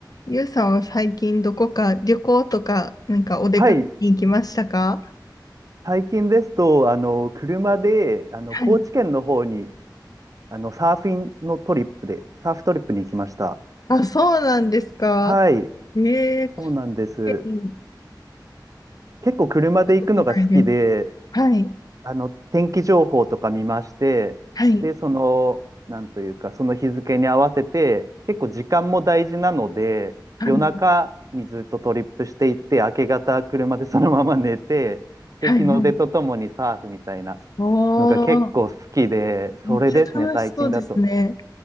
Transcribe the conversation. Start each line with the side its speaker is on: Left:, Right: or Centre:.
Left: ゆうさんは最近どこか旅行とか、なんかお出かけに行きましたか
Right: はい、最近ですと、あの、車で、あの、
Left: はい。
Right: 高知県の方に、あの、サーフィンのトリップで、サーフトリップに行きました。
Left: あ、そうなんですか。
Right: はい、
Left: ええー、貢
Right: そうなんです。
Left: 献し
Right: 結構車で行くのが好きで、
Left: たことないです。はい。
Right: あの、天気情報とか見まして、
Left: はい。
Right: で、その、なんというか、その日付に合わせて、結構時間も大事なので、
Left: はい。
Right: 夜中にずっとトリップしていって、明け方車でそのまま寝て、
Left: はい。
Right: で、日の出とともにサーフみたいな
Left: はい。お
Right: のが結構好きで、
Left: ー、めっちゃ楽しそうですね。
Right: それですね、最近だと。